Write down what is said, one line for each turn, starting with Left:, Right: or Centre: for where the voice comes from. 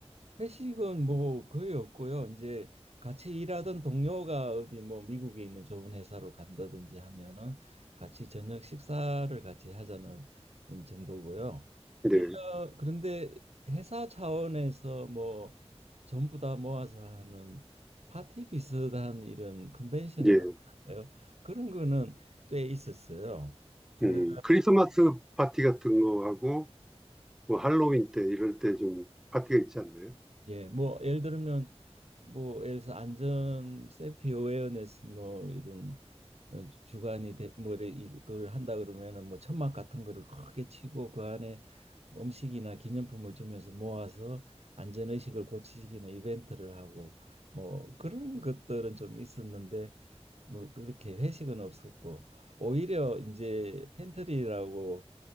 Right: 회식은 뭐 거의 없고요. 이제 같이 일하던 동료가 어디 뭐 미국에 있는 좋은 회사로 간다든지 하면은 같이 저녁 식사를 같이 하자는 정도고요.
Centre: 네.
Right: 일년 그런데 회사 차원에서 뭐 전부 다 모아서 하는 파티 비슷한 이런 컨벤션이라고
Centre: 예.
Right: 할까요? 그런 거는 꽤 있었어요. 그래
Centre: 음, 크리스마스 파티 같은 거하고 뭐 할로윈 때 이럴 때 좀 파티가 있지 않나요?
Right: 예, 뭐 예를 들면 뭐 예를 들어서 안전 세프티 어웨어네스 뭐 이런 어, 주관이 돼, 뭐 이래 이걸 한다 그러면은 뭐 천막 같은 거를 크게 치고 그 안에 음식이나 기념품을 주면서 모아서 안전 의식을 고치기는 이벤트를 하고 뭐 그런 것들은 좀 있었는데 뭐 그렇게 회식은 없었고 오히려 이제 팬트리라고